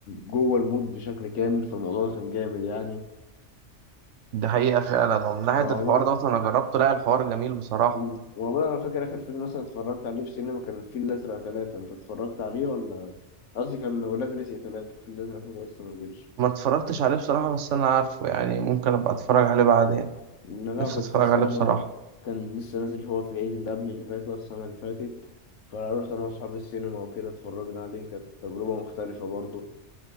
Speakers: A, on the left; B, on the right.
A: جوه المود بشكل كامل فالموضوع ده كان جامد يعني
B: ده حقيقه فعلا ومن ناحيه
A: وأقول
B: الحوار
A: لك
B: ده انا جربته لا الحوار جميل بصراحه
A: مم. والله انا فاكر اخر فيلم مثلا اتفرجت عليه في السينما كان الفيل الازرق ثلاثة انت اتفرجت عليه ولا قصدي كان ولاد رزق ثلاثة الفيل الازرق ثلاثة لسه ما نزلش
B: ما اتفرجتش عليه بصراحة بس أنا عارفه يعني ممكن أبقى أتفرج عليه بعدين
A: إن انا
B: نفسي
A: لو كنت
B: أتفرج
A: في السينما
B: عليه بصراحة
A: كان لسه نازل هو في العيد اللي قبل اللي فات ولا السنة اللي فاتت فروحت انا واصحابي السينما وكده اتفرجنا عليه كانت تجربة مختلفة برضه